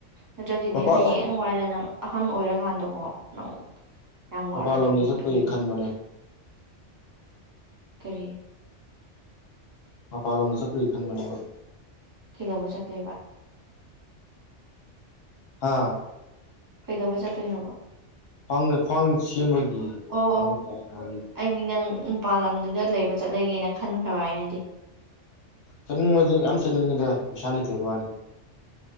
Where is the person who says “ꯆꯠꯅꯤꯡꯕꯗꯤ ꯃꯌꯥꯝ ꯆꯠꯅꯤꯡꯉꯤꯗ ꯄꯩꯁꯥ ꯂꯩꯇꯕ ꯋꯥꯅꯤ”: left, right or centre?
Left